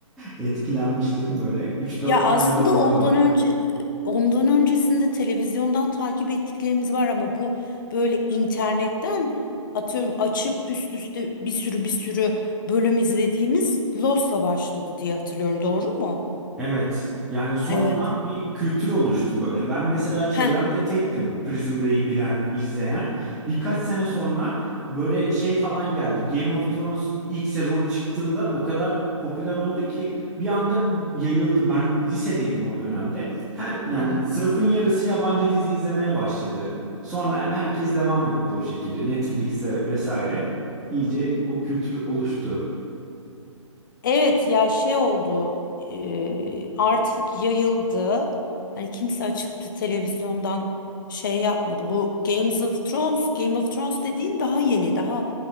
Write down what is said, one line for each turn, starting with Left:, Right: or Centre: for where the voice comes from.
Centre: Etkilenmiştim böyle. Üç dört
Left: Ya aslında
Centre: tane romanı
Left: ondan
Centre: vardı.
Left: önce ondan öncesinde televizyondan takip ettiklerimiz var ama bu böyle internetten atıyorum açıp üst üste bir sürü bir sürü bölüm izlediğimiz Lost'la başladı diye hatırlıyorum. Doğru mu?
Centre: Evet. Yani sonradan
Left: Evet.
Centre: bir kültür oluştu böyle. Ben mesela çevremde
Left: Heh.
Centre: tektim Prison Break'i bilen, izleyen. Birkaç sene sonra böyle şey falan geldi. Game of Thrones ilk sezon çıktığında o kadar popüler oldu ki bir anda yayıldı. Ben lisedeydim o dönemde. Her yani
Left: Aha.
Centre: sınıfın yarısı yabancı dizi izlemeye başladı. Sonra herkes devam etti o şekilde Netflix'e vesaire. İyice o kültür oluştu.
Left: Evet ya şey oldu e, artık yayıldı. Hani kimse açıp da televizyondan şey yapmadı. Bu Games of Thrones, Game of Thrones dediğin daha yeni, daha